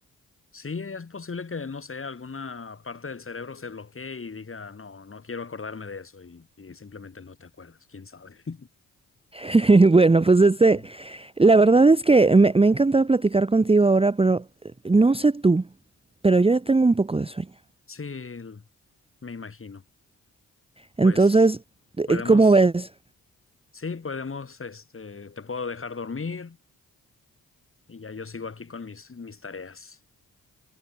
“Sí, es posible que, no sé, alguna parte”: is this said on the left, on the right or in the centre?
Left